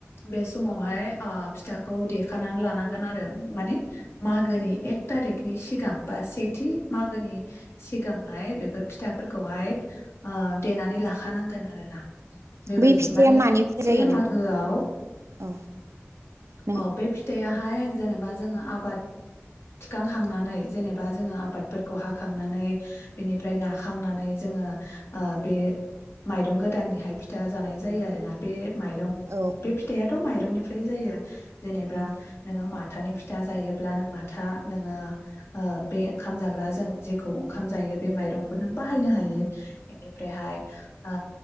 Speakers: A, on the left; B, on the right.
A: बे समावहाय ओ फिथाखौ देखानानै लानांगोन आरो माने मागोनि एक थारिखनि सिगां बा सेथि मागोनि सिगां हाय बेखौ फिथा फोरखौहाय आ देनानै लाखानांगोन आरोना। बेबायदि
B: बै फिथाइया
A: माने
B: मानिफ्राय
A: से
B: जायो नोंथां
A: मागोआव
B: औ नों
A: अ बे फिथाया बाहाय जेनेबा जोङो आबाद थिखांखांनानै जेनेबा जोङो आबादफोरखौ हाखांनानै बिनिफ्राय ना हाखांनानै जोङो ओ बे माइरं गोदाननिहाय फिथा जानाय जायो आरोना बे माइरं
B: औ
A: बे फिथायाथ' माइरंनिफ्राय जायो जेनेबा
B: उम
A: नोङो माथानि फिथा जायोब्ला नों माथा नोङो ओ बे ओंखाम जाग्रा जों जेखौ ओंखाम जायो बे माइरंखौ खौ नों बाहायनो हायो बेनिफ्रायहाय आ